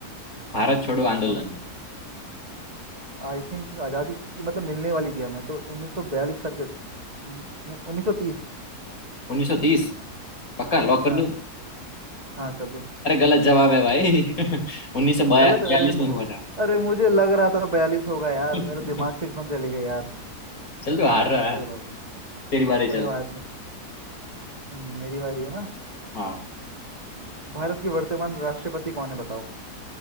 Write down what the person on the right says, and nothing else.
भारत छोड़ो
मतलब आई थिंक आज़ादी मतलब मिलने वाली थी हमें तो 1942 करके 19 नहीं 1930
हाँ
हाँ कर दो
गलत अरे मु-
अरे मुझे लग रहा था बयालीस होगा यार
मेरे दिमाग से एकदम चली गई यार
अरे
यार
कोई
बात नहीं
कोई
बात नहीं हम्म, मेरी बारी है ना
भारत के वर्तमान राष्ट्रपति कौन है बताओ